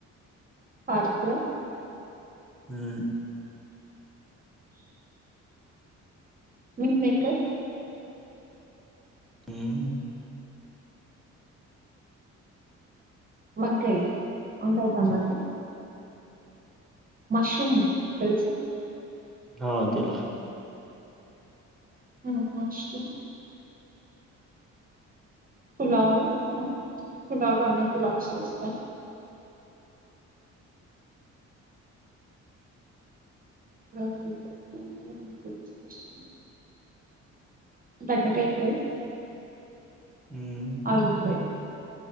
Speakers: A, on the right; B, in the centre.
A: అక్కురా
B: మ్మ్ మ్మ్
A: మిల్మేకర్
B: మ్మ్
A: వంకాయ్ వంకాయ తమాట మష్రూమ్ తెలుసా
B: ఆ తెలుసు
A: ఆ మష్రూమ్ పులావ్ పులావ అన్నీ పులావ్స్ చేస్తా రరిజకు <inaudible> బెండకాయ్ ఫ్రై
B: ఉమ్
A: ఆ ఇట్స్ రైట్